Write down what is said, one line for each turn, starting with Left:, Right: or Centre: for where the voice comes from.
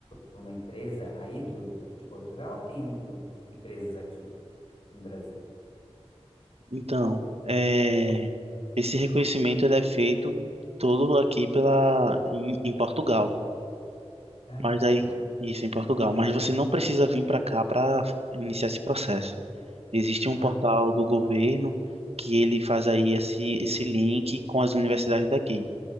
Left: para uma empresa aí do, do- de Portugal ou tem em- lu- empresas aqui no Brasil?
Right: Então, é, esse reconhecimento ele é feito todo aqui pela em, em Portugal,
Left: Ah, em
Right: mas
Left: Portugal.
Right: daí isso em Portugal, mas você não precisa vir para cá para iniciar esse processo. Existe
Left: Ah,
Right: um portal do governo que ele faz aí esse esse link com as universidades daqui.